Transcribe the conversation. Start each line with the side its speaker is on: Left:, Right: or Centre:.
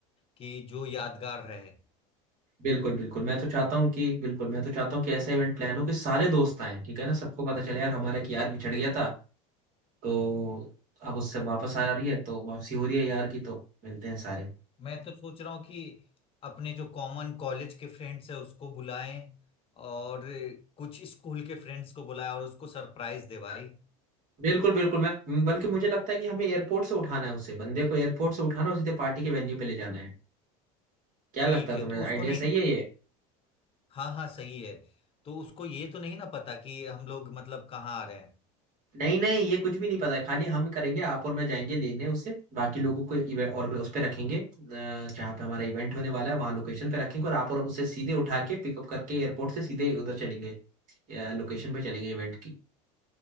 Left: कि जो यादगार रहे
Right: बिल्कुल बिल्कुल मैं तो चाहता हूँ कि बिल्कुल मैं तो चाहता हूँ कि ऐसा इवेंट प्लान हो कि सारे दोस्त आए ठीक है ना सबको पता चले यार हमारा कि यार बिछड़ गया था तो अब उससे वापस आ रही है तो वापसी हो रही है यार की तो मिलते हैं सारे
Left: मैं तो सोच रहा हूँ कि अपने जो कॉमन कॉलेज के फ्रेंड्स है उसको बुलाएं और कुछ स्कूल के फ्रेंड्स को बुलाएं और उसको सरप्राइज दे भाई
Right: बिल्कुल बिल्कुल मैं बल्कि मुझे लगता है कि हमें एयरपोर्ट से उठाना है उसे बंदे को एयरपोर्ट से उठाना है और सीधे पार्टी के वेन्यू पे ले जाना है क्या
Left: ठीक
Right: लगता है
Left: है
Right: तुम्हें
Left: तो
Right: आइडिया
Left: उसको नहीं
Right: सही
Left: ना
Right: है ये
Left: हाँ हाँ सही है तो उसको ये तो नहीं ना पता कि हम लोग मतलब कहाँ आ रहे हैं
Right: नहीं नहीं ये कुछ भी नहीं पता है खाली हम करेंगे आप और मैं जाएंगे लेने उसे बाकी लोगों को इवे- और उस पे रखेंगे अ, जहाँ पे हमारा इवेंट होने वाला है वहाँ लोकेशन पे रखेंगे और आप और उसे सीधे उठा के पिकअप करके एयरपोर्ट से सीधे उधर चलेंगे लोकेशन पे चलेंगे इवेंट की